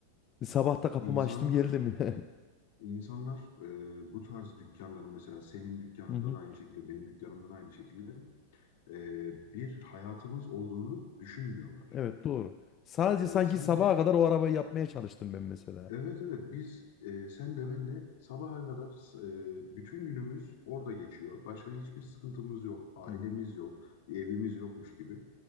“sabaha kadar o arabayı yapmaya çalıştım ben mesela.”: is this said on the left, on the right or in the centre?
Left